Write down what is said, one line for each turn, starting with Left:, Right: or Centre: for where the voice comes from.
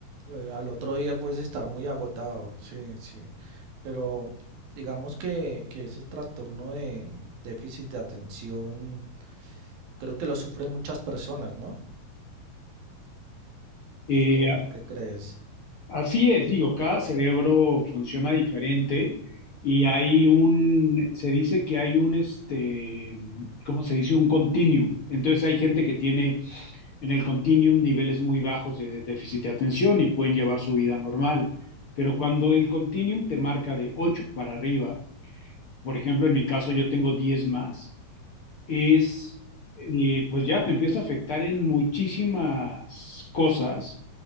Right: eh, al otro día puedes estar muy agotado, sí, sí. Pero digamos que, que ese trastorno de déficit de atención creo que lo sufren muchas personas, ¿no?
Left: eh,
Right: ¿O qué crees?
Left: Así es, digo, cada cerebro funciona diferente y hay un, se dice que hay un, este, ¿cómo se dice? Un continuum. Entonces hay gente que tiene en el continuum niveles muy bajos de, de déficit de atención y pueden llevar su vida normal. Pero cuando el continuum te marca de 8 para arriba, por ejemplo, en mi caso yo tengo 10 más, es, eh, pues ya te empieza a afectar en muchísimas cosas